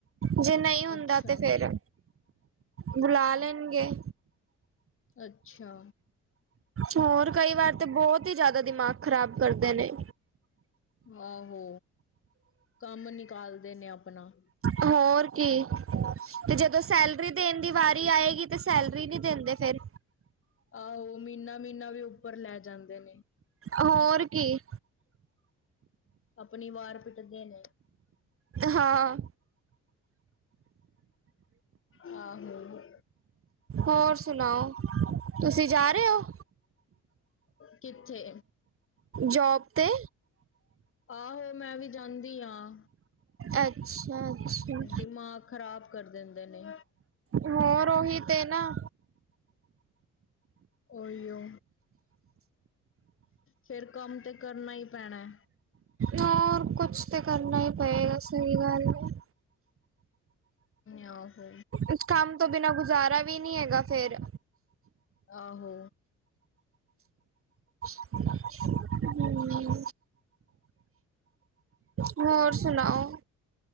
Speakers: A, on the right; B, on the left.
A: ਜੇ ਨਹੀਂ ਹੁੰਦਾ
B: ਅੱਛਾ
A: ਤੇ ਫੇਰ ਬੁਲਾ ਲੈਣਗੇ।
B: ਅੱਛਾ।
A: ਹੋਰ ਕਈ ਵਾਰ ਤੇ ਬਹੁਤ ਹੀ ਜ਼ਿਆਦਾ ਦਿਮਾਗ ਖ਼ਰਾਬ ਕਰਦੇ ਨੇ।
B: ਆਹੋ ਕੰਮ ਨਿਕਾਲਦੇ ਨੇ ਆਪਣਾ।
A: ਹੋਰ ਕੀ ਤੇ ਜਦੋਂ ਸੈਲਰੀ ਦੇਣ ਦੀ ਵਾਰੀ ਆਏਗੀ ਤੇ ਸੈਲਰੀ ਨਹੀਂ ਦਿੰਦੇ ਫੇਰ।
B: ਆਹੋ ਮਹੀਨਾ ਮਹੀਨਾ ਵੀ ਉੱਪਰ ਲੈ ਜਾਂਦੇ ਨੇ।
A: ਹੋਰ ਕੀ।
B: ਆਪਣੀ ਵਾਰ ਪਿੱਟਦੇ ਨੇ।
A: ਹਾਂ
B: ਆਹੋ।
A: ਹੋਰ ਸੁਣਾਓ, ਤੁਸੀਂ ਜਾ ਰਹੇ ਹੋ?
B: ਕਿੱਥੇ।
A: ਜੋਬ ਤੇ
B: ਆਹੋ, ਮੈਂ ਵੀ ਜਾਂਦੀ ਹਾਂ।
A: ਅੱਛਾ -ਅੱਛਾ।
B: ਦਿਮਾਗ ਖ਼ਰਾਬ ਕਰ ਦਿੰਦੇ ਨੇ।
A: ਹੋਰ, ਉਹੀ ਤੇ ਨਾ।
B: ਉਹੀ ਓ ਫੇਰ, ਕੰਮ ਤੇ ਕਰਨਾ ਹੀ ਪੈਣਾ।
A: ਹੋਰ ਕੁਛ ਤੇ, ਕਰਨਾ ਹੀ ਪਏਗਾ ਸਹੀ ਗੱਲ ਹੈ।
B: ਆਹੋ।
A: ਇਸ ਕੰਮ ਤੋਂ ਬਿਨਾ ਗੁਜ਼ਾਰਾ ਵੀ ਨੀ, ਹੈਗਾ ਫੇਰ।
B: ਆਹੋ।
A: ਹਮ। ਹੋਰ ਸੁਣਾਓ?